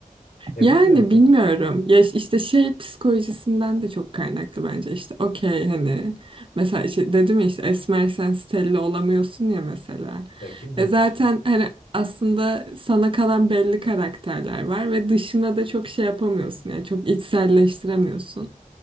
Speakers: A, on the left (about 85°); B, on the right (about 40°).
A: Ya
B: Yani
A: bilmiyorum tabii.
B: bilmiyorum. Ya işte şey psikolojisinden de çok kaynaklı bence. İşte okey hani mesela işte dedim ya işte esmersen Stella olamıyorsun ya mesela.
A: Ya kim
B: E
A: demiş
B: zaten
A: ya?
B: hani aslında sana kalan belli karakterler var ve dışına da çok şey yapamıyorsun. Yani çok içselleştiremiyorsun.